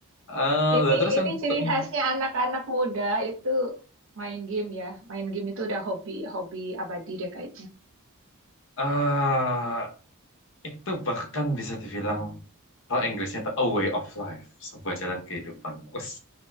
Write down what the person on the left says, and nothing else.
Eh,
lah terus
untuk
yang
ah, itu bahkan bisa dibilang kalau Inggrisnya itu a way of life, sebuah jalan kehidupan. Us,